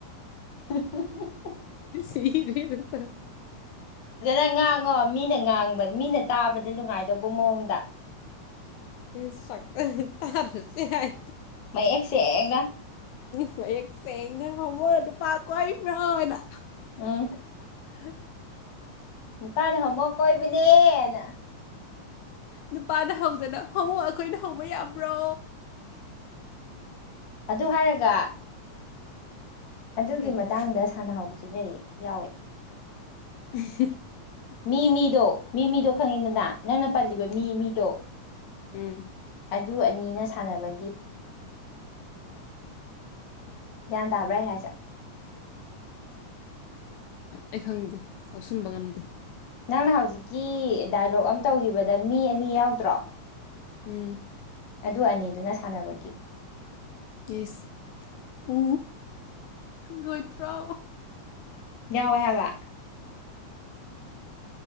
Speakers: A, on the left; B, on the left.
A: <inaudible>
B: ꯁꯤꯕꯅꯠꯇ
A: ꯐꯖꯅ ꯉꯥꯡꯉꯣ ꯃꯤꯅ ꯉꯥꯡꯕ ꯃꯤꯅ ꯇꯥꯕꯗ ꯅꯨꯡꯉꯥꯏꯇ ꯗꯕꯨ ꯃꯨꯗ
B: ꯁ ꯇꯥꯔꯁꯦ ꯍꯥꯏ
A: ꯃꯌꯦꯛꯁꯦ ꯑꯩꯅ
B: ꯁꯨ ꯍꯌꯦꯛ ꯁꯦꯡꯅ ꯍꯃꯣ ꯅꯨꯄꯥ ꯀꯕ꯭ꯔꯥꯅ
A: ꯎꯝ
B: ꯍ
A: ꯅꯨꯄꯥꯅ ꯍꯣꯃꯣ ꯀꯣꯏꯕꯅꯦꯅ
B: ꯅꯨꯄꯥꯅ ꯍꯧꯗꯅ ꯍꯣꯃꯛ ꯑꯩꯈꯣꯏꯅ ꯍꯧꯕ ꯌꯥꯕ꯭ꯔꯣ
A: ꯑꯗꯨ ꯍꯥꯏꯔꯒ ꯑꯗꯨꯒꯤ
B: ꯀꯔꯤ
A: ꯃꯇꯥꯡꯗ ꯁꯥꯟꯅꯍꯧꯕꯁꯨ ꯂꯩ ꯌꯥꯎꯋꯦ
B: <inaudible>
A: ꯃꯤꯃꯤꯗꯣ ꯃꯤ ꯃꯤꯗꯣ ꯈꯪꯉꯤꯗꯅ ꯅꯪꯅ ꯄꯜꯂꯤꯕ ꯃꯤ ꯃꯤꯗꯣ
B: ꯎꯝ
A: ꯑꯗꯨ ꯑꯅꯤꯅ ꯁꯥꯟꯅꯕꯒꯤ ꯒ꯭ꯌꯥꯟ ꯇꯥꯕ꯭ꯔꯥ ꯑꯩ ꯍꯥꯏꯁꯠ
B: ꯑꯩ ꯈꯪꯗꯦ ꯂꯧꯥꯎꯁꯟꯕ ꯉꯝꯗꯦ
A: ꯅꯪꯅ ꯍꯧꯖꯤꯛꯀꯤ ꯗꯥꯏꯂꯣꯛ ꯑꯃ ꯇꯧꯈꯤꯕꯗ ꯃꯤ ꯑꯅꯤ ꯌꯥꯎꯗ꯭ꯔꯣ
B: ꯎꯝ
A: ꯑꯗꯨ ꯑꯅꯤꯗꯨꯅ ꯁꯥꯟꯅꯕꯒꯤ
B: ꯁ ꯎ ꯣꯏꯇ꯭ꯔꯣ
A: ꯌꯥꯋ ꯍꯥꯏꯕ